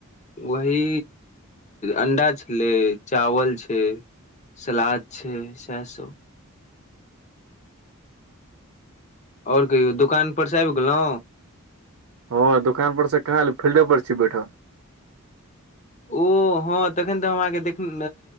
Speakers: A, on the left; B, on the right.
A: वही अंडा छै लै चावल छै सलाद छै सएह सब ओर कहियो दोकान पर से आबि गेलो
B: हँ दोकान पर से कहाँ एलो फील्डे पर छी बैठल
A: ओ हँ तखन तऽ हम अहाँके देख लू